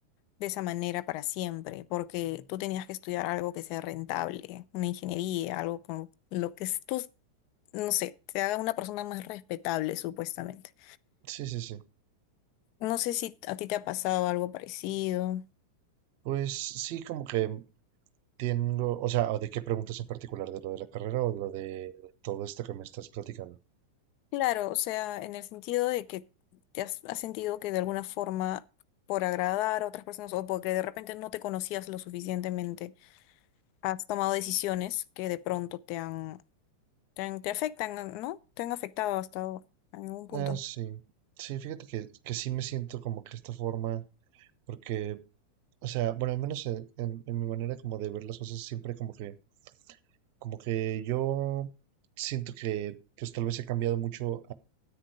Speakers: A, on the left; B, on the right.
A: de esa manera para siempre, porque tú tenías que estudiar algo que sea rentable, una ingeniería, algo con lo que es- tú, no sé, te haga una persona más respetable, supuestamente.
B: Sí, sí, sí.
A: No sé si a ti te ha pasado algo parecido.
B: Pues sí, como que tengo, o sea, ¿o ¿de qué preguntas en particular? ¿De lo de la carrera o lo de todo esto que me estás platicando?
A: Claro, o sea, en el sentido de que te has, has sentido que de alguna forma, por agradar a otras personas o porque de repente no te conocías lo suficientemente, has tomado decisiones que de pronto te han, te han- te afectan, ¿no? Te han afectado hasta en algún punto.
B: Ah, sí. Sí, fíjate que, que sí me siento como que de esta forma, porque, o sea, bueno, al menos en, en- en mi manera como de ver las cosas, siempre como que, como que yo siento que pues tal vez he cambiado mucho